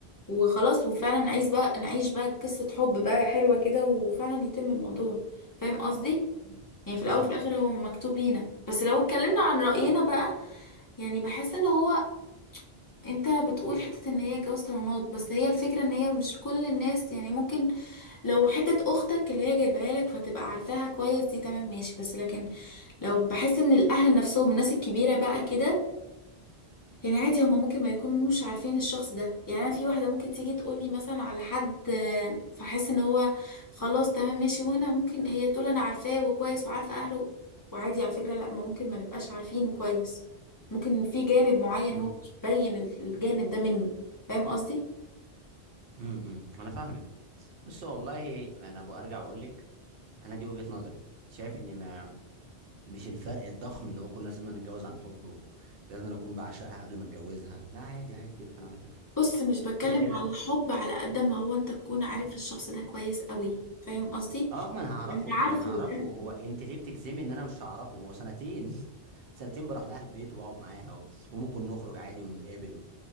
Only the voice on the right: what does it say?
امم
امم
امم
امم انا فاهمك بس والله انا برجع بقول لك انا دي وجهه نظري شايف ان ما مش الفرق الضخم اللي هو كل الناس لازم نتجوز عن حب ولازم أنا اكون بعشقها قبل ما اتجوزها لا عادي عادي جدا على فكره
كده كده
اه ما انا هعرفه
طب
ما انا هعرفه
هو انت ليه بتجزمي ان انا مش هعرفه ما هو سنتين <laughs> سنتين بروح لها البيت وبقعد معاها و... وممكن نخرج عادي ونتقابل